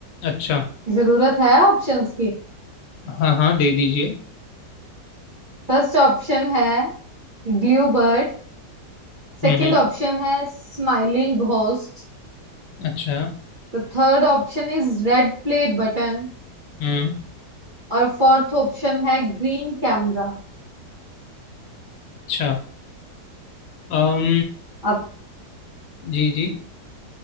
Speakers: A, on the left; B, on the right.
A: अच्छा
B: जरूरत है ऑप्शंस की
A: हाँ हाँ दे दीजिए
B: फर्स्ट ऑप्शन है ग्लू बर्ड सेकंड
A: हम्म हम्म,
B: ऑप्शन है smiling ghost
A: अच्छा
B: The third option is red play button
A: हम्म
B: और फोर्थ ऑप्शन है ग्रीन कैमरा
A: अच्छा अम
B: अब
A: जी जी